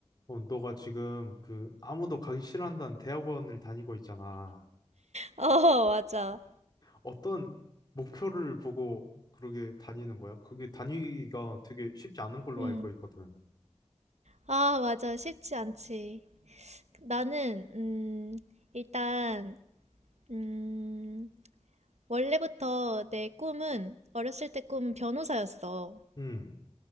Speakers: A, on the left; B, on the right.
A: 어, 너가 지금 그 아무도 가기 싫어한다는 대학원을 다니고 있잖아.
B: 어, <laughs> 맞아.
A: 어떤 목표를 보고 그러게 다니는 거야? 그게 다니기가 되게 쉽지 않은 걸로
B: 음.
A: 알고 있거든.
B: 아, 맞아. 쉽지 않지. 나는, 음, 일단, 음, 원래부터 내 꿈은, 어렸을 때 꿈은 변호사였어.
A: 음,